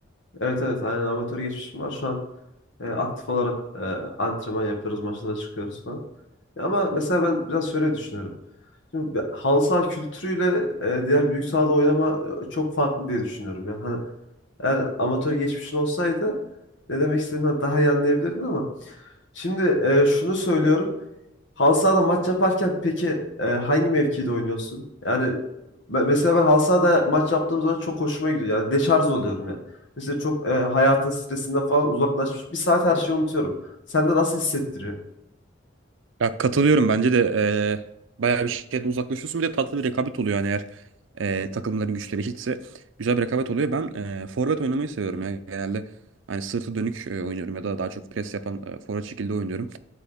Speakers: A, on the left; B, on the right.
A: Evet evet aynen amatör geçmişim var. Şu an e, aktif olarak e, antrenman yapıyoruz, maçlara çıkıyoruz falan. Ya Ama mesela ben biraz şöyle düşünüyorum. Şimdi bir halı saha kültürüyle e, diğer büyük sahada oynama e, çok farklı diye düşünüyorum. Yani. hani Eğer amatör geçmişin olsaydı ne demek istediğini daha iyi anlayabilirdin ama şimdi e, şunu söylüyorum. Halı sahada maç yaparken peki e, hangi mevkide oynuyorsun? Yani ben- mesela ben halı sahada maç yaptığım zaman çok hoşuma gidiyor. Yani deşarj oluyorum yani. Mesela çok e, hayatın stresinden falan uzaklaşmış. Bir saat her şeyi unutuyorum. Sende nasıl hissettiriyor?
B: Ya katılıyorum bence de eee bayağı bir şeyden uzaklaşıyorsun. Bir de tatlı bir rekabet oluyor yani eğer eee, takımların güçleri eşitse güzel bir rekabet oluyor. Ben eee forvet oynamayı seviyorum ya genelde. Hani sırtı dönük e, oynuyorum ya da daha çok pres yapan e, forvet şekilde oynuyorum.